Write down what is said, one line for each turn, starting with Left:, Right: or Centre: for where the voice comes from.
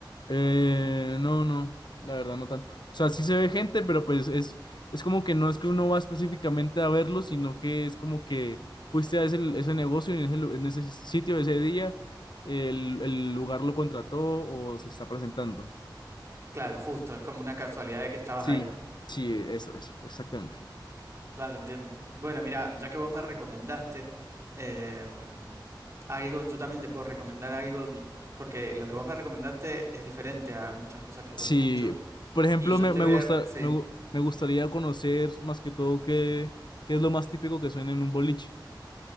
Left: Eh, no, no, la verdad no tanto. O sea, sí se ve gente, pero pues es, es como que no es que uno va específicamente a verlo, sino que es como que fuiste a ese, ese negocio y en ese, lu- en ese sitio ese día, el, el lugar lo contrató o se está presentando.
Right: Claro, justo, es como una casualidad de que estabas
Left: Sí,
Right: ahí.
Left: sí, eso, es, exactamente.
Right: Claro, entiendo. Bueno, mira, ya que vos me recomendaste em, algo, yo también te puedo recomendar algo, di- porque lo que vos me recomendaste es diferente a muchas cosas que
Left: Sí,
Right: yo escucho.
Left: por ejemplo,
Right: Y yo
Left: me,
Right: te
Left: me
Right: voy
Left: gusta,
Right: a, sí,
Left: me, gu- me gustaría conocer más que todo qué, qué es lo más típico que suena en un boliche.